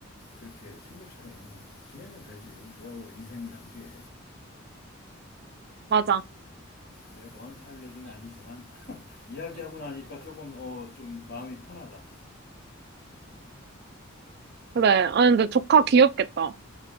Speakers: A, on the left; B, on the right.
A: 그렇게 친구처럼 지내면 되지. 뭐하러 인생 낭비해.
B: 맞아.
A: 내가 너한테 할 얘기는 아니지만 <laughs> 이야기하고 나니까 조금 어 좀 마음이 편하다.
B: 그래. 아 근데 조카 귀엽겠다.